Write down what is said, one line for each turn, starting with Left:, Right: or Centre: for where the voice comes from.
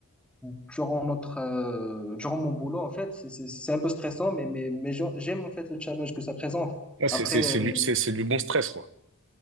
Centre: durant notre euh, durant mon boulot. En fait, c'est c'est- c'est un peu stressant, mais mais mais j'en- j'aime en fait le challenge que ça présente.
Right: Ah, c'est
Centre: Après.
Right: c'est- c'est
Centre: euh,
Right: du, c'est- c'est du bon stress, quoi.